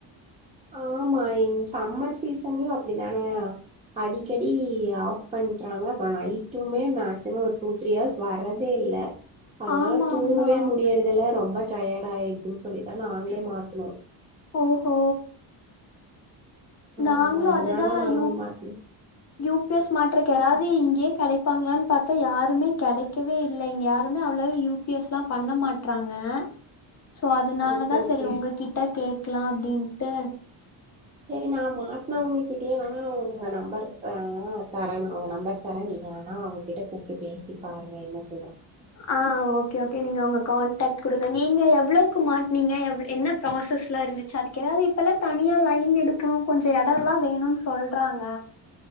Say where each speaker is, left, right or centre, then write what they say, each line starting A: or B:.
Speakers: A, on the right; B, on the left.
A: ஆமா சம்மர் சீசன்லயு அப்படித்தான அடிக்கடி ஆஃப் பண்றாங்க அப்ப நைட்டுமே மேக்சிமம் ஒரு டூ த்ரீ ஹர்ஸ் வரதே இல்ல அதனால
B: ஆமா
A: தூங்கவே
B: ஆமா
A: முடியறதுல ரொம்ப டயர்ட் ஆயிடுதுன்னு சொல்லிதா நாங்களே மாத்தினோ
B: ஓ ஒ நாங்களு
A: ஆமா அதனால
B: அதுதா
A: நாங்க
B: யூ
A: மாத்துனோ
B: யூ பி எஸ் மாற்றதுக்கு யாராது இங்கே கிடைப்பாங்களான்னு பத்தா யாருமே கிடைக்கவே இல்ல இங்க யாரு அவ்வளவு யூ பி எஸ்லா பண்ண மாட்டறாங்க சோ அதனாலதா
A: ஓகே ஓகே
B: சரி உங்ககிட்ட கேக்லா அப்படின்ட்டு
A: சரி நா மாட்னவங்ககிட்டே வேணா உங்க நம்பர் ஆ தர நா உங்க நம்பர் தர நீ நீங்க வேணா அவங்ககிட்ட கூப்ட்டு பேசி பாருங்க என்ன சொ
B: ஆ ஓகே ஓகே நீங்க அவங்க கான் டக்ட் குடுங்க நீங்க எவ்ளோக்கு மாட்னீங்க எவ் என்ன ப்ராசஸ்லா இருந்துச்சு அதுக் எதாவது இப்பல்லா தனியா லை தீன் எடுக்கணு கொஞ்சொ எடோல்லா வேணுனு சொல்றாங்க.